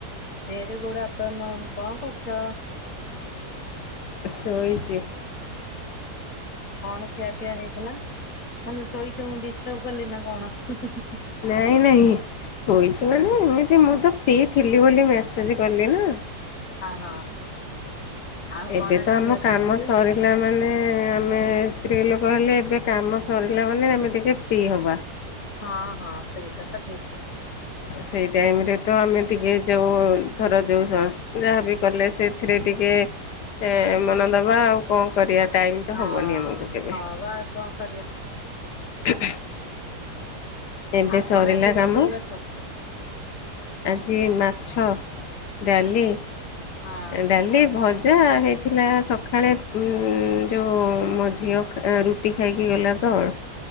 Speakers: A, on the left (about 50°); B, on the left (about 80°).
A: Very good afternoon, କଣ କରୁଚ?
B: ଶୋଇଚି।
A: କଣ କି? ଖିଆ ପିଆ ହେଇଥିଲା। ହେନେ ଶୋଇଛ! ମୁଁ ଡିଷ୍ଟର୍ବ କଲି ନା କଣ? ହୁଁ ହୁଁ ହୁ।
B: ନାଇଁ, ନାଇଁ, ଶୋଇଛି ମାନେ ଏମିତି ମୁଁ, ତ ଫ୍ରି ଥିଲି ବୋଲି ମେସେଜ କଲି ନା!
A: ହଁ। ଆଉ
B: ଏବେ
A: କଣ
B: ତ
A: ଆଜି
B: ଆମ
A: ଖିଆ
B: କାମ
A: ପିଆ ହେଇଛି?
B: ସରିଲା ମାନେ-ଏ, ଆମେ ସ୍ତ୍ରୀ ଲୋକ କହିଲେ, ଏବେ କାମ ସରିଲା ମାନେ, ଆମେ ଟିକେ ଫ୍ରି ହବା ।
A: ହଁ, ହଁ ସେଇଟା ତ ଠିକ୍ ।
B: ସେଇ ଟାଇମ୍ ରେ ତ ଆମେ ଟିକେ ଯଉଁ, ଧର ଯଉଁ ସଂସ୍ ଯାହାବି କଲେ, ସେଥିରେ ଟିକେ କେ ଏଁ ମନ ଦବା, ଆଉ କଣ କରିଆ? । ଟାଇମ୍ ତ
A: ହଁ
B: ହବନି ଆମକୁ କେବେ?
A: ହଁ ବା କଣ କରିବା
B: <inaudible> ଏବେ
A: ଆଉ
B: ସରିଲା
A: କଣ ଆଜି ରୋଷେଇ
B: କାମ
A: ବାସ?
B: ଆଜି ମାଛ, ଡାଲି।
A: ହଁ
B: ଡାଲି, ଭଜା, ହେଇ ଥିଲା ସକାଳେ ଉମ୍ ଯେଉଁ, ମୋ ଝିଅ ଖା ରୁଟି ଖାଇକି ଗଲା ତ!